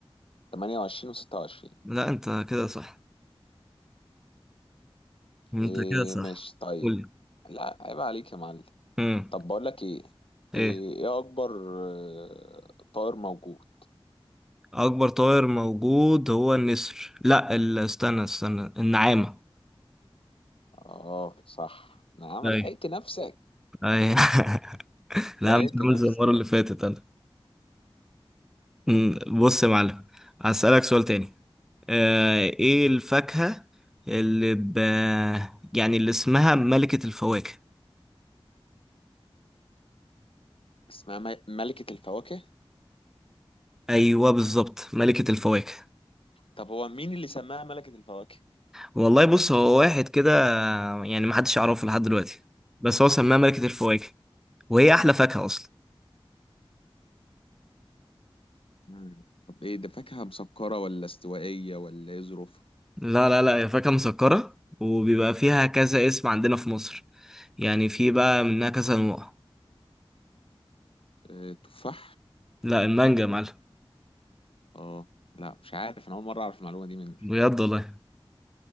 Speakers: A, on the left (about 70°); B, in the centre.
A: 28 و26
B: لا انت كده صح انت
A: إيه
B: كده صح
A: ماشي طيب
B: قول لي
A: لا عيب عليك يا معلم
B: امم
A: طب بقول لك ايه
B: ايه
A: ايه إيه اكبر آه، طائر موجود
B: اكبر طائر موجود هو النسر لا ال- استنى استنى النعامة
A: اه صح نعم
B: ايوه
A: لحقت نفسك
B: ايوه <laughs>
A: لحقت
B: لا مش
A: نفسك
B: عامل زي المرة اللي فاتت انا أمم، بص يا معلم هسألك سؤال تاني آه، ايه الفاكهة اللي ب... يعني اللي اسمها ملكة الفواكه
A: اسمها م- ملكة الفواكه
B: ايوه بالظبط ملكة الفواكه
A: طب هو مين اللي سماها ملكة الفواكه؟
B: والله بص هو واحد كده يعني محدش يعرفه لحد دلوقتي بس هو سماها ملكة الفواكه وهي احلى فاكهة اصلا
A: مم. طب ايه ده فاكهة مسكرة ولا استوائية ولا ايه ظروفها؟
B: لا لا لا هي فاكهة مسكرة وبيبقى فيها كذا اسم عندنا في مصر يعني في بقى منها كذا نوع
A: آه، تفاح؟
B: لا المانجا يا معلم
A: اه لا مش عارف انا اول مرة اعرف المعلومة دي منك
B: بجد والله